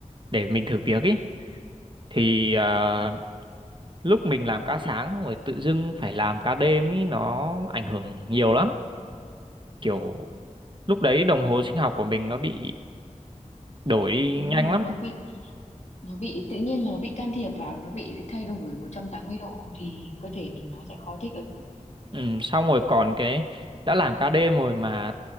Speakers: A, on the right; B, on the left.
A: để mình thử việc ấy thì à, lúc mình làm ca sáng xong rồi tự dưng phải làm ca đêm ý nó ảnh hưởng nhiều lắm kiểu lúc đấy đồng hồ sinh học của mình nó bị đổi đi
B: Đúng
A: nhanh
B: rồi,
A: lắm
B: nó bị nó bị tự nhiên nó bị can thiệp vào nó bị thay đổi 180 độ thì cơ thể mình nó sẽ khó thích ứng
A: ừ, xong rồi còn cái đã làm ca đêm rồi mà